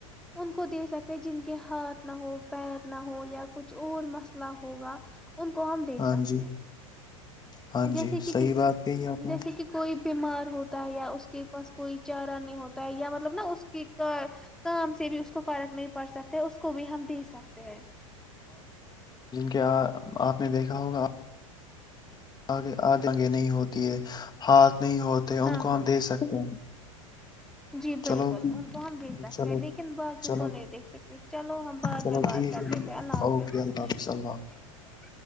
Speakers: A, in the centre; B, on the left (about 25°).
A: ان کو دے سکتے جن کے ہاتھ نہ ہو پیر نہ ہو یا کچھ اور مسئلہ ہوگا ان کو ہم دے
B: ہاں
A: سکتے
B: جی
A: ہیں
B: ہاں
A: جیسے
B: جی
A: کہ
B: صحیح
A: کسی
B: بات کہی آپ نے
A: جیسے کہ کوئی بیمار ہوتا ہے یا اس کے پاس کوئی چارہ نہیں ہوتا ہے یا مطلب نا اس کے کا کام سے بھی اس کو فرق نہیں پڑ سکتا اس کو بھی ہم دے سکتے ہیں
B: کیا آپ نے دیکھا ہوگا آگے آ جنگے نہیں ہوتی ہے ہاتھ نہیں ہوتے ان
A: ہاں
B: کو
A: ہاں
B: ہم دے سکتے ہیں
A: جی
B: چلو
A: بالکل ان کو ہم دیک سکتے
B: چلو
A: ہیں لیکن بعد میں
B: چلو
A: کو نہیں دیکھ سکتے چلو ہم بعد
B: چلو
A: میں بات
B: ٹھیک
A: کر
B: ہے
A: لیتے اللہ حافظ
B: اوکے اللہ اللہ